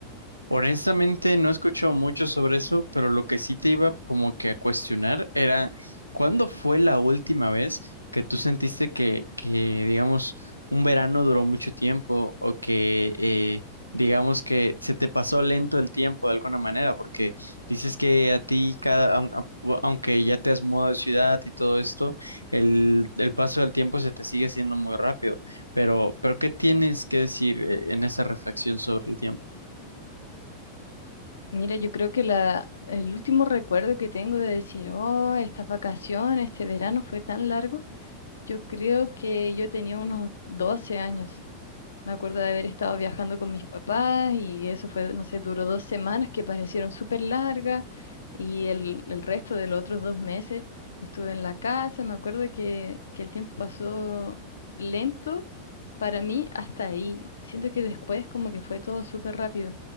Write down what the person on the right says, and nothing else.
Honestamente, no he escuchado mucho sobre eso, pero lo que sí te iba como que a cuestionar era, ¿cuándo fue la última vez que tú sentiste que, que digamos, un verano duró mucho tiempo o que, eh, digamos, que se te pasó lento el tiempo de alguna manera? Porque dices que a ti, cada, aun- a- aunque ya te has mudado de ciudad y todo esto, el, el paso del tiempo se te sigue siendo muy rápido. Pero, pero ¿qué tienes que decir, eh, en esa reflexión sobre el tiempo?